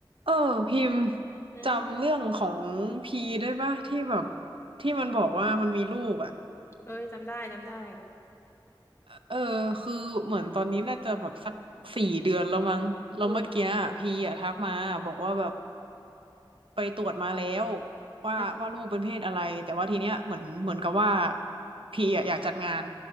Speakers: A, on the right; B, on the left.
A: เออพิมพ์
B: อืม
A: จำเรื่องของพีได้ปะที่แบบที่มันบอกว่ามันมีลูกอ่ะ
B: เอ้ยจำได้จำได้
A: เออคือเหมือนตอนนี้น่าจะแบบสักสี่เดือนแล้วมั้งแล้วเมื่อกี้อะพีอ่ะทักมาบอกว่าแบบ
B: เออ
A: ไปตรวจมาแล้วว่าว่าลูกเป็นเพศอะไรแต่ว่าทีเนี้ยเหมือนเหมือนกับว่า
B: อืม
A: พีอ่ะอยากจัดงาน